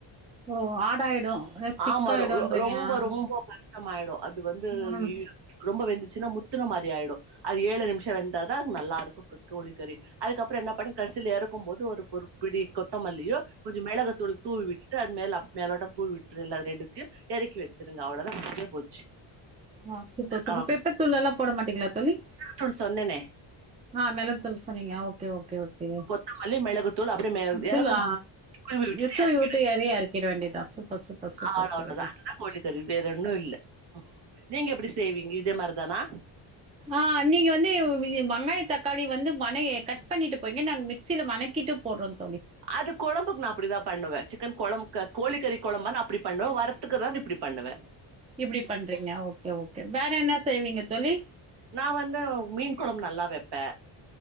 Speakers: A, on the right; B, on the right.
A: ஓ ஆடாயிடு அத திக்
B: ஆமா
A: ஆயிடுன்றீங்க
B: ரொ ரொ ரொம்போ
A: ஆ
B: ரொம்போ கஷ் டமாயிடு அது வந்து
A: ம்
B: இழு ரொம்ப வெந்துச்சுன்னா முத்துன மாறி ஆயிடு அது ஏழு நிமிஷோ வெந்தாதா அது நல்லாருக்கு கோ கோழிக்கறி அதுக்கப்றோ என்ன பண்ணு கடசீல எறக்கும் போது ஒரு ஒரு பிடி கொத்தமல்லியு கொஞ்சோ மெளகு தூளு தூவி விட்டுட்டு அது மேல மேலோட்டோமா தூவி விட்றல்ல அது ரெண்டுத்தியு எறக்கி வச்சருங்க அவ்ளோதா முடிஞ்சே போச்சு
A: ஆ சூப்ப சூப்பர்
B: ஆ
A: பெப்பர் தூள் எல்லா போட மாட்டீங்ளா தோழி
B: தூள் சொன்னனே
A: ஆ மெளகுத்தூள் சொன்னீங்க ஓகே ஓகே ஓகே
B: கொத்தமல்லி, மிளகுத்தூள் அப்டியே மே
A: உப்பு
B: எறக்கும்போது
A: லா
B: திரும்பி விட்டுட்டு
A: த்து
B: எறக்கிடு.
A: வுட்டு எறய எறக்கிட வேண்டியதா சூப்பர் சூப்பர் சூப்பர்
B: அவ்ளோதான்.
A: சகோதரி
B: அதுதான் கோழிக்கறி வேற ஒன்னு இல்ல நீங்க எப்டி செய்வீங்க இதே மாரிதானா
A: நா நீங்க வந்து வி வ வெங்காயோ தக்காளி வந்து வணே கட் பண்ணிட்டு போயிங்க நாங்க மிக்சியில லணக்கிட்டு போடுறோ தோழி
B: அது கொழம்புக்கு நா அப்டிதா பண்ணுவே சிக்கன் கொழம்புக் கோழிக்கறி கொழம்ப நா அப்டி பண்ணுவே வறு த்துக்றதாந்தா இப்டி பண்ணுவே
A: இப்டி பண்றீங்க ஓகே ஓகே வேற என்ன செய்வீங்க தோழி
B: நா வந்து மீன் கொழம்பு நல்லா வப்பே